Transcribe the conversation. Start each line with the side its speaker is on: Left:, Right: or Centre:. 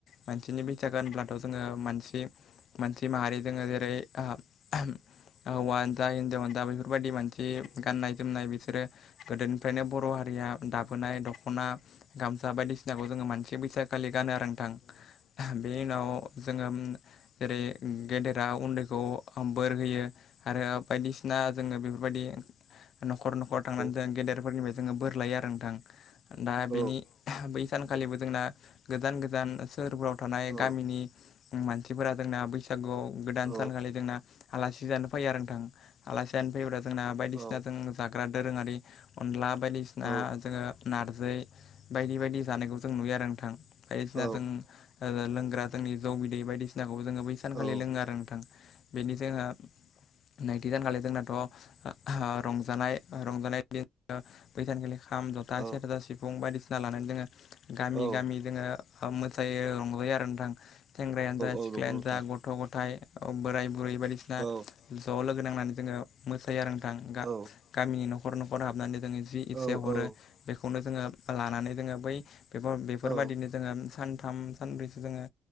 Left: माननि बैसागो होनब्लाथ' जोङो मानसि मानसि माहारि जोङो जेरै हौवानो जा हिजावआनो जा बेफोरबायदि मानसि जि गाननाय जोमनाय बिसोरो गोदोनिफ्रायनो बर' हारिया दा- बोनाय दख'ना गामसा बायदिसिनाखौ जोङो मानसि बैसागो खालि गानो आरो नोंथां बेनि उनाव जोङो जेरै गेदेरा उन्दैखौ बोर होयो। आरो बायदिसिना जोङो बेफोर बायदि न'खर नखर थांनानै जों
Right: औ
Left: गेदेरफोरनि जोङो बोरलायो आरो नोंथां। दा
Right: औ
Left: बिनि बै सानखालिबो जोंना गोजान गोजान सोहोरफ्राव थानाय
Right: औ
Left: गामिनि मानसिफोरा जोंना बैसागुआव गोदान
Right: औ
Left: सानखालि जोंना आलासि जानो फैयो आरो नोंथां आलासि जानो फैयोब्ला जोंना बायदिसिना
Right: औ
Left: जों जाग्रा दोरोङारि अनला बायदिसिना
Right: औ
Left: जोङो नारजि बायदि बायदि जानायखौ जों नुयो आरो नोंथां। बायदिसिना
Right: औ
Left: जों लोंग्रा जोंनि जौ बिदै बायदिसिनाखौबो जोङो बैसानखालि
Right: औ
Left: लोङो आरो नोंथां। बेनि जोङो नैथि दानखालि जोंनाथ' ओ रंजानाय रंजानाय बैसानखालि खाम जथा
Right: औ
Left: सेरजा सिफुं बायदिसिना लानानै जोंङो गामि
Right: औ
Left: गामि जोङो मोसायो रंजायो आरो नोंथां। सेंग्रायानो जा
Right: औ
Left: सिख्लायानो
Right: नंगौ नोंथां
Left: जा गथ' गथाय बोराय बुरै बायदिसिना
Right: औ
Left: ज' लोगो नांनानै जोङो मोसायो आरो नोंथां
Right: औ
Left: गामिनि नख न'खर न'खर हाबनानै जोङो जि इसे
Right: औ
Left: हरो बेखौनो जोङो लानानै जोङो बै बेफोर बेफोरबायदिनो
Right: औ
Left: जोङो सानथाम सानब्रैसो जोङो